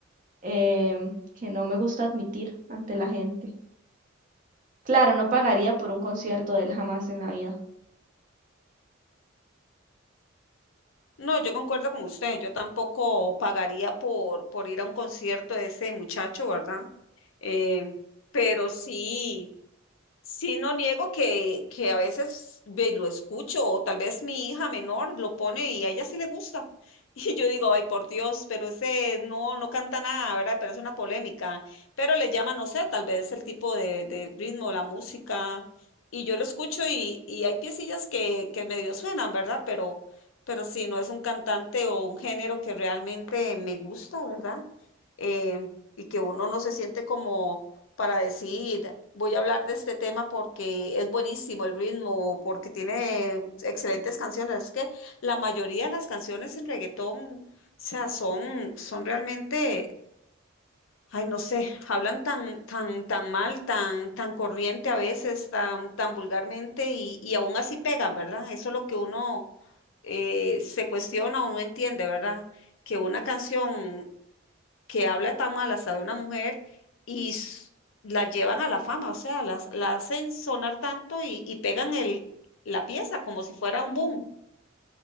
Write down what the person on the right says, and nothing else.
em, que no me gusta admitir ante la gente. Claro, no pagaría por un concierto de él jamás en la vida.